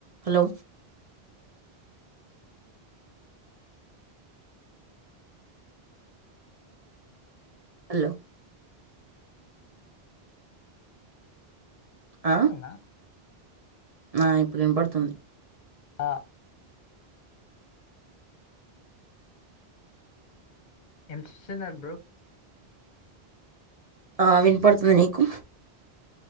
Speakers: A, on the right; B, on the left.
A: Hello hello
B: వినపడుతుందా
A: ఆ ఆ ఇప్పుడు వినపడుతుంది.
B: ఆ ఏం చేస్తున్నారు బ్రో
A: ఆ వినపడుతుంది. నీకు